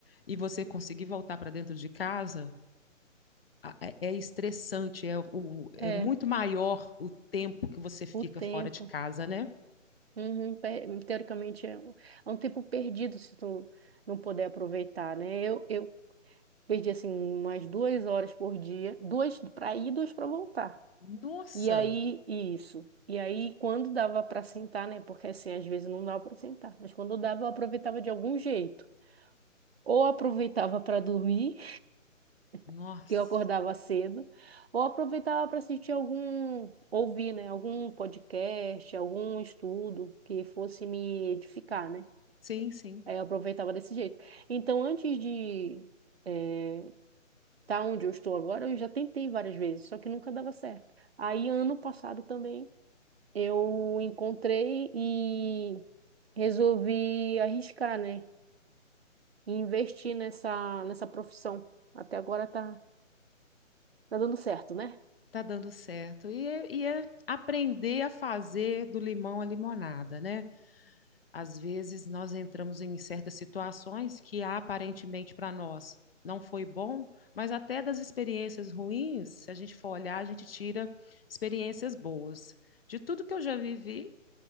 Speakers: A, on the left (about 45°); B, on the right (about 50°).
A: e você conseguir voltar para dentro de casa, é, é estressante, é, o, é
B: é,
A: muito maior o tempo que você fica
B: o tempo.
A: fora de casa, né?
B: Uhum, pe- teoricamente, é um, é um tempo perdido se tu não puder aproveitar, né? Eu, eu Perdi assim umas duas horas por dia, duas para ir, duas para voltar.
A: Nossa,
B: E aí, isso. E aí, quando dava para sentar, né? Porque assim, às vezes não dava para sentar, mas quando dava, eu aproveitava de algum jeito. Ou aproveitava para dormir,
A: nossa.
B: <laughs> que eu acordava cedo, ou aproveitava para assistir algum, ouvir, né? Algum podcast, algum estudo que fosse me edificar, né?
A: Sim, sim,
B: Aí eu aproveitava desse jeito. Então, antes de, eh, tá onde eu estou agora, eu já tentei várias vezes, só que nunca dava certo. Aí, ano passado também, eu encontrei e resolvi arriscar, né? E investir nessa, nessa profissão. Até agora tá, tá dando certo, né?
A: tá dando certo. E é, e é aprender a fazer do limão a limonada, né? Às vezes nós entramos em certas situações que aparentemente para nós não foi bom, mas até das experiências ruins, se a gente for olhar, a gente tira experiências boas. De tudo que eu já vivi,